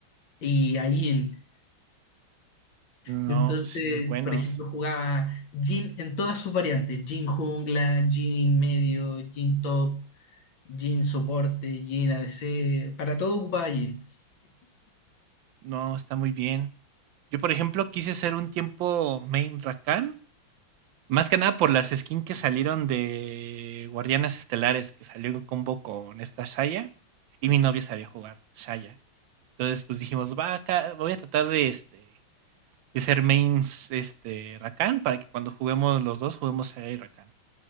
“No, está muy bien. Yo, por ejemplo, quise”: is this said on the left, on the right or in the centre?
Right